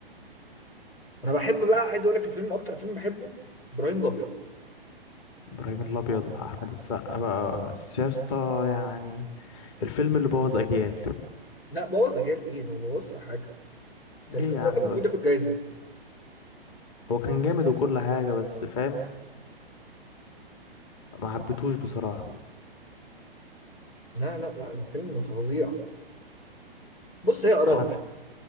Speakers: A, on the left; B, on the left.
A: انا بحب بقى عايز اقول لك الفيلم اكتر فيلم بحبه ابراهيم الابيض
B: ابراهيم الابيض بقى احمد السقا بقى بس يا اسطى يعني الفيلم اللي بوظ اجيال
A: لا بوظ رجال ايه ما بوظش حاجه ده الفيلم
B: ايه يا عم
A: ده كان المفروض
B: بس
A: ياخد جايزه
B: هو كان جامد وكل حاجه بس فاهم ما حبيتهوش بصراحه
A: لا لا لا الفيلم فظيع بص هي اراء
B: انا ف...